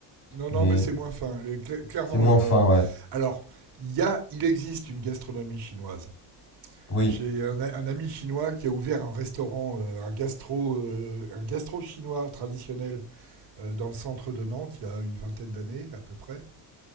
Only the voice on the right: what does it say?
non non
mais c'est moins fin. Le- cla- clairement
le,
alors il y a il existe une gastronomie chinoise
J'ai un, un ami chinois qui a ouvert un restaurant, euh, un gastro, euh, un gastro chinois traditionnel euh, dans le centre de Nantes il y a une vingtaine d'années à peu près,